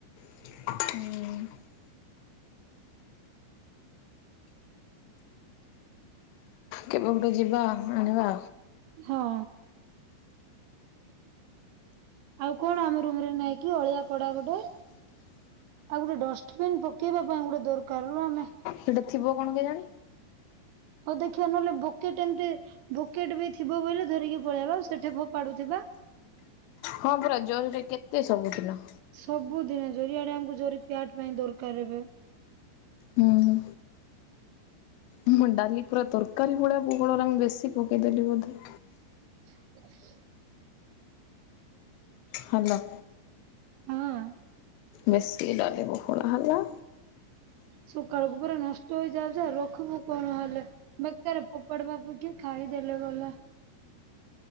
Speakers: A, on the left (about 85°); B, on the right (about 80°).
A: ହୁଁ। କେବେ ଗୋଟେ ଯିବା ଆଣିବା।
B: ହଁ। ଆଉ କଣ ଆମ ରୁମ ରେ ନାଇଁ କି ଅଳିଆ କଡା ଗୋଟେ। ଆଉ ଗୋଟେ ଡଷ୍ଟବିନ ପକେଇବା ପାଇଁ ଗୋଟେ ଦରକାର ରମ ରେ
A: ସେଠି ଥିବ କଣ କେଜାଣି।
B: ହଉ ଦେଖିବା ନହେଲେ ବୋକେଟ ଏମିତି ବକେଟ ବି ଥିବ ବୋଇଲେ ଧରିକି ପଳେଇବା ସେଠି ଫୋପାଡୁଥିବା।
A: ହଁ ପରା ଜରିରେ କେତେ ସବୁଦିନ
B: ସବୁଦିନ ଜରି ଆଡେ ୟାଙ୍କୁକୁ ଜରି ପିଆଟ ପାଇଁ ଦରକାର ଏବେ।
A: ହୁଁ। ଉଁ ଡାଲି ପୁରା ତରକାରୀ ଭଳିଆ ବହଳ ହେଲା ଆ ମୁ ବେଶୀ ପକେଇଦେଲି ବୋଧେ।
B: ଆ <inaudible>
A: ହ୍ୟାଲୋ।
B: ହଁ।
A: ବେଶି ଡାଲି ବହଳା ହେଲା।
B: ସକାଳକୁ ପୁରା ନଷ୍ଟ ହେଇଯାଉଛି ଆଉ ରଖମୁ କଣ ହେଲେ। ବେକାର ଫୋପଡ଼ବାକୁ କିଏ ଖାଇଦେଲେ ଗଲା।